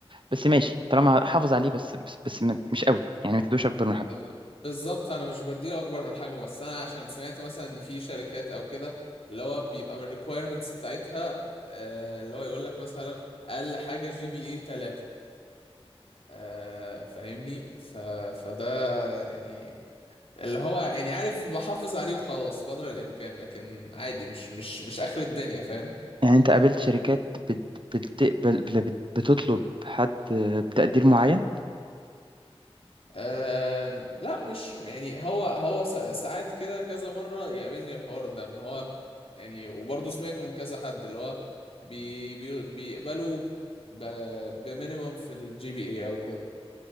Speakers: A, on the right; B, on the left.
A: بس ماشي طالما حافظ عليه بس بس, بس ما- مش قوي يعني ما تدوش اكبر من حجمه
B: ب- بالظبط انا مش بديله اكبر من حجمه بس انا عشان سمعت مثلا ان في شركات او كده اللي هو بيبقى من الريكويرمنتس بتاعتها آه اللي هو يقول لك مثلا اقل حاجه جي بي اي 3 آه فاهمني ف... فده يعني اللي هو يعني عارف بحافظ عليه وخلاص قدر الامكان لكن عادي مش مش مش اخر الدنيا فاهم
A: يعني انت قابلت شركات بت بتقبل بل- بت بتطلب حد بتقدير معين
B: أه لا مش يعني هو هو سا- ساعات كده كذا مره يقابلني الحوار ده ان هو يعني وبرضه سمعته من كذا حد اللي هو بي بي بيقبلوا ب- بمينيمم في الجي بي اي او كده